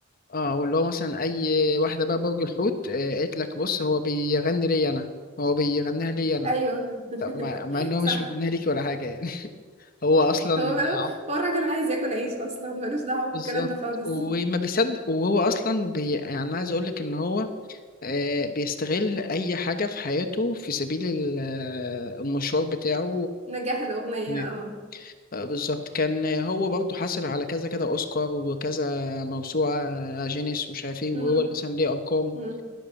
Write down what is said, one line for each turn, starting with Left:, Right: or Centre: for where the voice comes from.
Left: اه واللي هو مثلا اي واحده بقى برج الحوت آه، قالت لك بص هو بيغني لي انا هو بيغنيها لي انا
Right: أيوه
Left: طب
Right: <laughs>
Left: مع, مع ان هو
Right: صح
Left: مش بيغنيها ليك ولا حاجه يعني <laughs> هو اصلا
Right: هو
Left: عم-
Right: هو الراجل عايز ياكل عيش أصلا ملوش دعوة
Left: بالظبط
Right: بالكلام ده خالص
Left: وما بيصدق وهو اصلا بي يعني أنا عايز اقول لك ان هو آه، بيستغل اي حاجه في حياته في سبيل ال- آه، المشوار بتاعه
Right: <laughs> نجاح الأغنية
Left: يعني
Right: اه
Left: آه، بالظبط كان هو برضه حاصل على كذا كذا اوسكار وكذا موسوعه آه، جينيس ومش عارف ايه وهو
Right: مم.
Left: مثلا ليه ارقام
Right: مم.